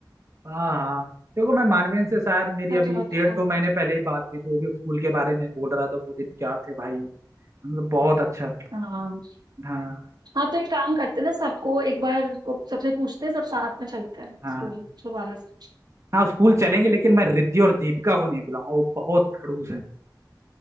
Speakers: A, on the right; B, on the right.
A: हाँ हाँ देखो मैं मानवेंद्र से शायद मेरी
B: मैं
A: अभी
B: तुम्हें
A: डेढ़
B: बताऊंगा
A: दो महीने पहले ही बात हुई थी वो भी स्कूल के बारे में बोल रहा था वो दिन क्या थे भाई मतलब बहुत अच्छा था
B: हाँ
A: हाँ
B: हाँ तो एक काम करते हैं ना सबको एक बार को सबसे पूछते हैं सब साथ में चलते हैं
A: हाँ
B: स्कूल दोबारा से
A: हाँ स्कूल चलेंगे लेकिन मैं रिद्धि और दीपिका को नहीं बुलाऊंगा वो बहुत खड़ूस हैं